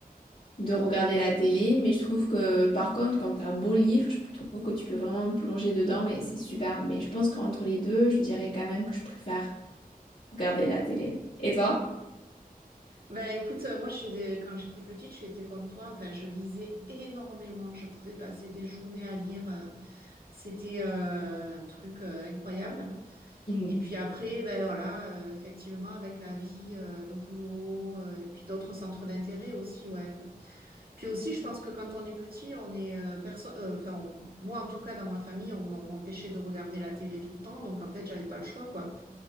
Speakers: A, on the left; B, on the right.
A: de regarder la télé. Mais je trouve que, par contre, quand t'as un beau livre, je trouve que tu peux vraiment me plonger dedans et c'est super. Mais je pense qu'entre les deux, je dirais quand même que je préfère regarder la télé. Et toi?
B: Bah écoute, euh, moi je suis des- quand j'étais petite, j'étais comme toi. Enfin, je lisais énormément. Je pouvais passer des journées à lire. euh, C'était euh, un truc euh, incroyable.
A: Mhm.
B: Et puis après, ben voilà, euh, effectivement, avec la vie, euh, le boulot, euh, et puis d'autres centres d'intérêt aussi, ouais. Puis aussi, je pense que quand on est petit, on est euh, perso- euh, enfin, on- moi en tout cas dans ma famille, on m'en- on m'empêchait de regarder la télé tout le temps, donc en fait, j'avais pas le choix, quoi.